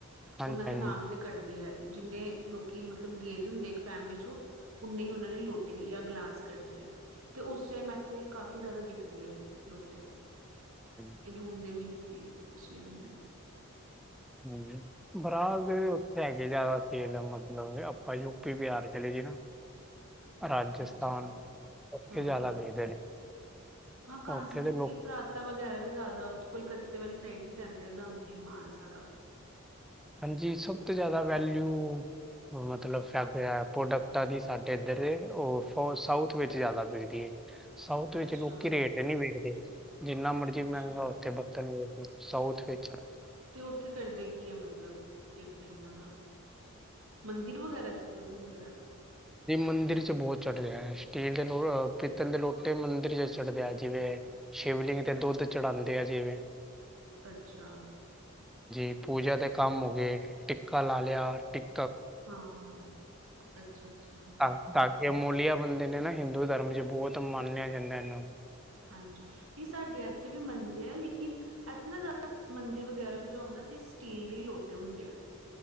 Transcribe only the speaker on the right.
ਉਹਨਾ
ਦੇ ਨਾਮ ਦੇ ਕੱਢਦੇ ਹੈ ਜਿੰਨੇ ਲੋਕੀ ਮਤਲਬ ਗਏ ਦੇ ਹੁੰਦੇ ਇੱਕ ਫੈਮਿਲੀ ਚੋਂ ਉਹਨੇ ਹੀ ਉਹਨਾਂ ਨੇ ਲੋਟੇ ਜਾਂ ਗਲਾਸ ਕੱਢਦੇ ਆ ਤੇ ਉਸ ਟਾਈਮ ਇੱਥੇ ਕਾਫੀ ਜ਼ਿਆਦਾ ਵਿਕਦੇ ਆ ਲੋਟੇ
ਇਹ ਜੂਨ ਦੇ ਮਹੀਨੇ ਸੀ ਪਿਛਲੇ ਮਹੀਨੇ
ਅੱਛਾ
ਹਾਂ।
ਹਾਂ ਕਾਂਸੀ
ਦੀ
ਪਈ ਪਰ ਵਗੈਰਾ ਵੀ ਜ਼ਿਆਦਾ ਕੁਲਕੱਤੇ ਵਾਲੀ ਸਾਈਡ ਵੀ ਕਹਿੰਦੇ ਆ ਜਾਂਦੇ ਹੈ ਮਾਲ ਸਾਰਾ
ਅੱਛਾ,
ਅੱਛਾ
ਤੇ ਉੱਥੇ ਕਰਦੇ ਕੀ ਆ ਮਤਲਬ ਇਹਨਾਂ ਦਾ ਮੰਦਿਰ ਵਗੈਰਾ ਚ ਕੁਝ ਹੁੰਦੇ ਆ
ਅੱਛਾ
ਹਾਂ ਹਾਂ ਅੱਛਾ ਅੱਛਾ
ਹਾਂਜੀ ਨਹੀਂ ਸਾਡੇ ਇੱਥੇ ਵੀ ਮੰਨਦੇ ਆ ਲੇਕਿਨ ਇੱਥੇ ਨਾ ਜ਼ਿਆਦਾ ਮੰਦਿਰ ਵਗੈਰਾ ਵੀ ਰਓ ਨਾ ਤੇ ਸਟੀਲ ਦੇ ਲੋਟੇ ਹੁੰਦੇ ਆ